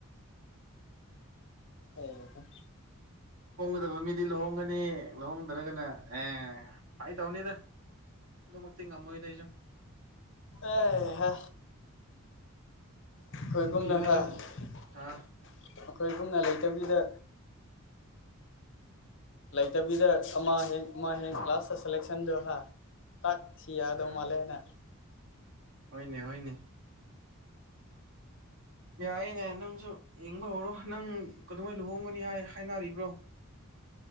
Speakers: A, on the left (about 60°); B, on the right (about 65°).
A: ꯑꯣ
B: ꯐꯗꯕ ꯃꯤꯗꯤ ꯂꯨꯍꯣꯡꯒꯅꯤ ꯂꯨꯍꯣꯡꯗ꯭ꯔꯒꯅ ꯑꯦ ꯐꯥꯏ ꯇꯧꯅꯤꯗ ꯑꯗꯨ ꯃꯛꯇ ꯊ ꯉꯝꯃꯣꯏꯗꯦꯁ
A: ꯑꯦ ꯍ ꯑꯩꯈꯣꯏꯒꯨꯝꯅ
B: ꯅꯨꯄꯤꯕꯨꯗꯤ
A: ꯑꯩꯈꯣꯏꯒꯨꯝꯅ
B: ꯑꯗꯨꯝ ꯍꯥ
A: ꯂꯩꯇꯕꯤꯗ ꯂꯩꯇꯕꯤꯗ ꯑꯃ ꯍꯦꯟ ꯑꯃ ꯍꯦꯡ ꯀ꯭ꯂꯥꯁꯇ ꯁꯦꯂꯦꯛꯁꯟꯗꯣ ꯍꯥꯏ ꯇꯥꯛ ꯁꯤꯌꯥꯗꯧ
B: ꯑꯠꯁꯥ
A: ꯃꯥꯂꯦꯅ
B: ꯍꯅꯦ ꯍꯅꯦ ꯌꯥꯏꯌꯦꯦꯅꯦ ꯅꯪꯁꯨ ꯌꯦꯡꯕ ꯍꯧꯔꯣ ꯅꯪ ꯀꯗꯉꯩ ꯂꯨꯍꯣꯡꯒꯅꯤ ꯍꯥꯏ ꯍꯥꯏꯅꯔꯤꯕ꯭ꯔꯣ